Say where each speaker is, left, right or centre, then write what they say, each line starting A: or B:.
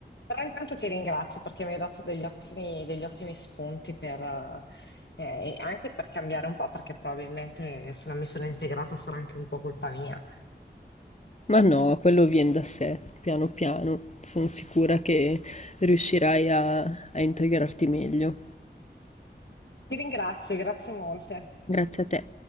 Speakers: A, on the left; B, on the left.
A: Però intanto ti ringrazio perché mi hai dato degli ottimi, degli ottimi spunti per, eh, eh, anche per cambiare un po', perché probabilmente se non mi sono integrata sarà anche un po' colpa mia.
B: Ma no, quello viene da sé, piano piano. Sono sicura che riuscirai a, a integrarti meglio.
A: Vi ringrazio, grazie molte.
B: Grazie a te.